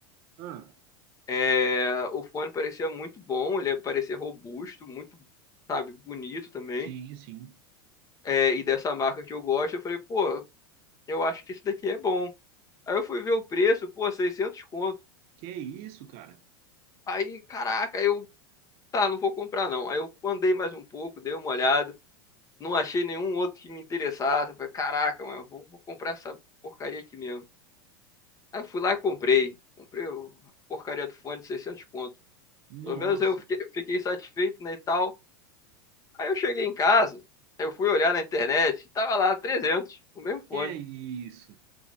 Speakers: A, on the right; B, on the left.
A: Ah,
B: É, o fone parecia muito bom, ele parecia robusto, muito, sabe, bonito também.
A: sim, sim.
B: É, e dessa marca que eu gosto, eu falei, pô, eu acho que isso daqui é bom. Aí eu fui ver o preço, pô, 600 conto.
A: Que isso, cara?
B: Aí, caraca, aí eu, tá, não vou comprar não. Aí eu andei mais um pouco, dei uma olhada, não achei nenhum outro que me interessasse. Eu falei, caraca, mano, vou, vou comprar essa porcaria aqui mesmo. Aí eu fui lá e comprei. Comprei o- a porcaria do fone de 600 conto. Pelo
A: Nossa,
B: menos eu fiquei, fiquei satisfeito, né, e tal. Aí eu cheguei em casa, eu fui olhar na internet, tava lá 300, o mesmo fone.
A: que isso?